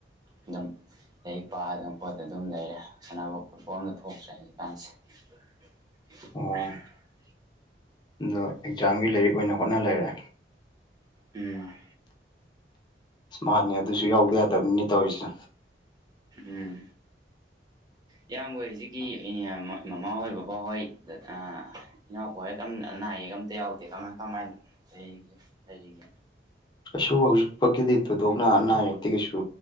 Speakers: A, on the right; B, on the left.
A: ꯑꯗꯨꯝ ꯂꯩꯔꯤꯛ ꯄꯥꯗꯅ ꯈꯣꯠꯇ ꯑꯗꯨꯝ ꯂꯩꯔꯦ ꯁꯥꯟꯅꯕ ꯐꯨꯠꯕꯣꯜꯒ ꯊꯣꯛꯇ꯭ꯔꯦ ꯍꯧꯖꯤꯛꯀꯥꯟꯁꯦ <unintelligible>
B: ꯑꯣ ꯑꯗꯣ ꯑꯦꯛꯖꯥꯝꯒꯤ ꯂꯥꯏꯔꯤꯛ ꯑꯣꯏꯅ ꯍꯣꯠꯅ ꯂꯩꯔꯦ
A: ꯎꯝ
B: ꯃꯥꯅꯤ ꯑꯗꯨꯁꯨ ꯌꯥꯎꯗ ꯌꯥꯗꯕꯅꯤ ꯇꯧꯔꯤꯁꯦ
A: ꯎꯝ ꯏꯌꯥꯝꯕꯣꯏ ꯍꯧꯖꯤꯛꯀꯤ ꯃꯃꯥꯍꯣꯏ ꯕꯕꯥꯍꯣꯏ ꯑꯥ ꯏꯅꯥꯎꯄꯍꯣꯏ ꯀꯝ ꯑꯅꯥ ꯑꯌꯦꯛ ꯑꯝꯇ ꯌꯥꯎꯗꯦ ꯀꯃꯥꯏ ꯀꯃꯥꯏꯅ ꯂꯩꯔꯤ ꯂꯩꯔꯤꯒꯦ
B: ꯀꯩꯁꯨ ꯍꯧꯖꯤꯛ ꯐꯥꯎꯒꯤꯗꯤ ꯊꯣꯏꯗꯣꯛꯅ ꯑꯅꯥ ꯑꯌꯦꯛꯇꯤ ꯀꯩꯁꯨ